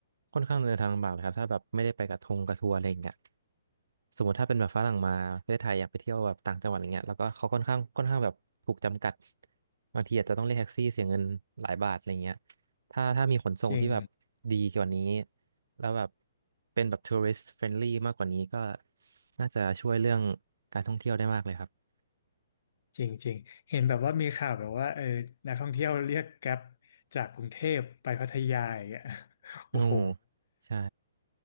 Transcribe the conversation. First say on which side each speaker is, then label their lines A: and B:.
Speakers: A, on the right (about 85°); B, on the left (about 55°).
A: ค่อนข้างเดินทางลำบากเลยครับถ้าแบบไม่ได้ไปกับทงกับทัวร์อะไรอย่างเงี้ยสมมติถ้าเป็นแบบฝรั่งมาประเทศไทยอยากไปเที่ยวแบบต่างจังหวัดอย่างเงี้ยแล้วก็เขาค่อนข้างค่อนข้างแบบถูกจำกัดบางทีอาจจะต้องเรียกแท็กซี่เสียเงินหลายบาทอะไรเงี้ยถ้าถ้ามีขนส่งที่แบบดีกว่านี้
B: จริง
A: แล้วแบบเป็นแบบทัวริส t f เฟรนลี่มากกว่านี้ก็น่าจะช่วยเรื่องการท่องเที่ยวได้มากเลยครับ
B: จริงจริงเห็นแบบว่ามีข่าวแบบว่าเออนักท่องเที่ยวเรียกแกร็บจากกรุงเทพไปพัทยาอย่างเงี้ย <laughs>
A: โอ้
B: โอ้โห
A: ใช่